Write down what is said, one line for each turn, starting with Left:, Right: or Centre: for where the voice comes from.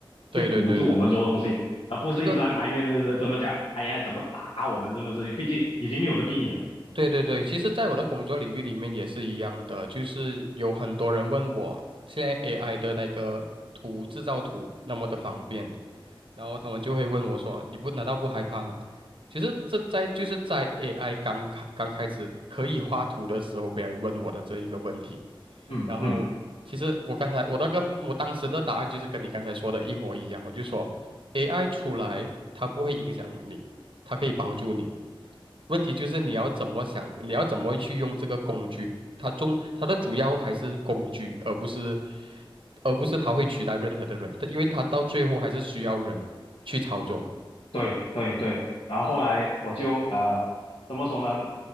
Right: 对对对对对，
Left: 去辅助我们做的东西，而不是一直在埋怨的怎么讲
Right: 这个
Left: AI 怎么打我们这么事情，毕竟已经没有的避免了。
Right: 对对对，其实在我的工作领域里面也是一样的，就是有很多人问我现在 AI 的那个图制造图那么的方便，然后他们就会问我说：“你不难道不害怕吗？”其实这在就是在 AI 刚开刚开始可以画图的时候，别人问我的这一个问题。
Left: 嗯嗯。
Right: 然后其实我刚才我那个我当时的答案就是跟你刚才说的一模一样，我就说 AI 出来它不会影响你，它可以帮助你。问题就是你要怎么想，你要怎么去用这个工具。它中它的主要还是工具，而不是而不是它会取代任何的人，因为它到最后还是需要人去操作。
Left: 对对对，然后后来我就呃，怎么说呢？